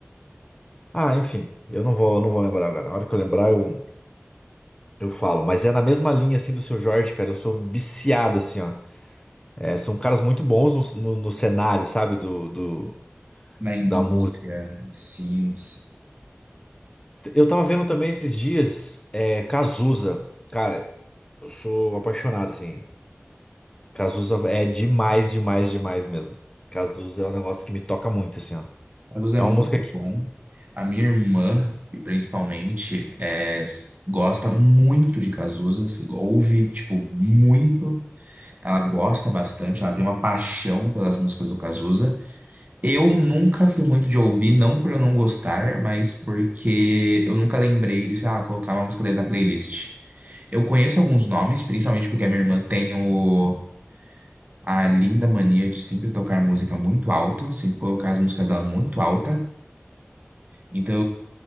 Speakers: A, on the left (about 15°); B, on the right (about 35°).
A: Ah, enfim, eu não vou, não vou lembrar agora. na hora que eu lembrar, eu, eu falo. Mas é na mesma linha, assim, do seu Jorge, cara. Eu sou viciado, assim, ó. É, são caras muito bons no, no, no cenário, sabe? Do, do,
B: na indústria.
A: da música.
B: Sim, sim.
A: Eu tava vendo também esses dias, é, Cazuza. Cara, eu sou apaixonado, assim. Cazuza é demais, demais, demais mesmo. Cazuza é um negócio que me toca muito, assim, ó.
B: A Luz é
A: É
B: muito
A: uma música que.
B: bom. A minha irmã, principalmente, é, s- gosta muito de Cazuza. s- Ouve, tipo, muito. Ela gosta bastante. Ela tem uma paixão pelas músicas do Cazuza. Eu nunca fui muito de ouvir, não por eu não gostar, mas porque eu nunca lembrei de, sei lá, colocar uma música dele na playlist. Eu conheço alguns nomes, principalmente porque a minha irmã tem o, a linda mania de sempre tocar música muito alto, sempre colocar as músicas dela muito alta. Então,